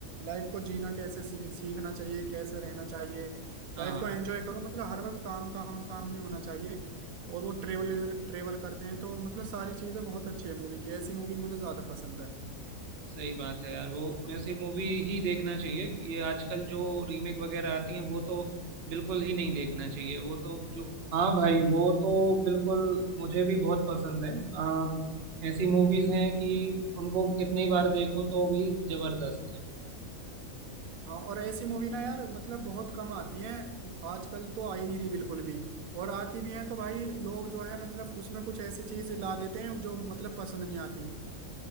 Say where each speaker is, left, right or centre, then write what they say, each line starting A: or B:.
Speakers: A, on the right (about 75°); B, on the right (about 50°).
A: लाइफ को जीना कैसे सी- सीखना चाहिए कैसे रहना चाहिए लाइफ
B: हाँ हाँ
A: को एंजॉय करो मतलब हर वक्त काम काम काम नहीं होना चाहिए और वो ट्रेवल ट्रेवल करते हैं तो मतलब सारी चीजें बहुत अच्छी है मूवी की ऐसी मूवी मुझे ज्यादा पसंद है
B: सही बात है यार वो ऐसी मूवी ही देखना चाहिए ये आजकल जो रीमेक वगैरह आती हैं वो तो बिल्कुल ही नहीं देखना चाहिए वो तो जो हाँ भाई वो तो बिल्कुल मुझे भी बहुत पसंद है अ, ऐसी मूवीज हैं कि उनको कितनी बार देखो तो भी जबरदस्त है
A: हाँ और ऐसी मूवी ना यार मतलब बहुत कम आती हैं आजकल तो आई नहीं रही बिल्कुल भी और आती भी हैं तो भाई लोग जो है मतलब उसमें कुछ ऐसी चीज ला देते हैं जो मतलब पसंद नहीं आती